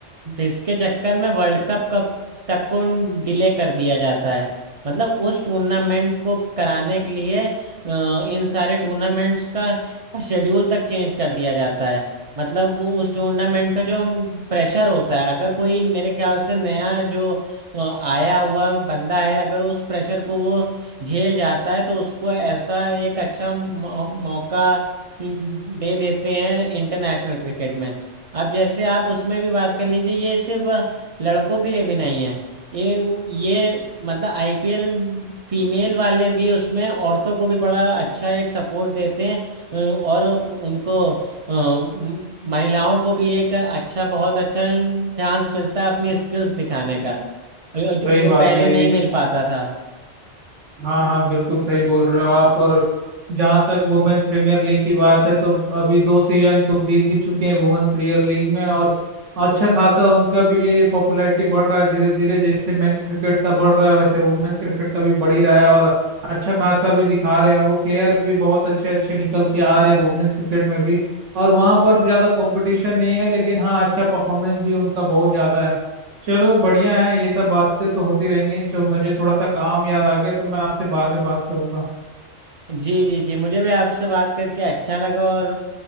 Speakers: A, on the right (about 50°); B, on the right (about 85°).
A: इसके चक्कर में वर्ल्ड कप कब तक को डिले कर दिया जाता है मतलब उस टूर्नामेंट को कराने के लिए अ, इन सारे टूर्नामेंट्स का शेड्यूल तक चेंज कर दिया जाता है मतलब वो उस टूर्नामेंट का जो प्रेशर होता है अगर कोई मेरे ख्याल से नया जो अ, आया हुआ बंदा है अगर उस प्रेशर को वो झेल जाता है तो उसको ऐसा एक अच्छा मौ- मौका हम्म, दे देते हैं इंटरनेशनल क्रिकेट में अब जैसे आप उसमें भी बात कर लीजिए ये सिर्फ लड़कों के लिए भी नहीं है ये ये मतलब आईपीएल फीमेल वाले भी उसमें औरतों को भी बड़ा अच्छा एक सपोर्ट देते हैं अ, और उनको अ, म- महिलाओं को भी एक अच्छा बहुत अच्छा चांस मिलता है अपनी स्किल्स दिखाने का जो, जो
B: सही
A: जो
B: बात
A: पहले
B: है
A: नहीं
B: ये
A: मिल पाता था
B: हाँ हाँ बिल्कुल सही बोल रहे हो आप और जहाँ तक वुमेन प्रीमियर लीग की बात है तो अभी दो सीजन तो बीत भी चुके हैं वुमेन प्रीमियर लीग में और अच्छा खासा उनका भी पॉपुलैरिटी बढ़ रहा है धीरे धीरे जैसे मेंस क्रिकेट का बढ़ रहा है वैसे वुमेन्स क्रिकेट का भी बढ़ ही रहा है और अच्छा खासा भी दिखा रहे हैं वो प्लेयर भी बहुत अच्छे अच्छे निकल के आ रहे हैं वुमेन्स क्रिकेट में भी और वहाँ पर ज़्यादा कंपटीशन नहीं है लेकिन हाँ अच्छा परफॉर्मेंस भी उनका बहुत ज़्यादा है चलो बढ़िया है ये सब बातें तो होती रहेंगी जो मुझे थोड़ा सा काम याद आ गया तो मैं आपसे बाद में बात करूंगा
A: जी जी जी मुझे भी आपसे बात करके अच्छा लगा और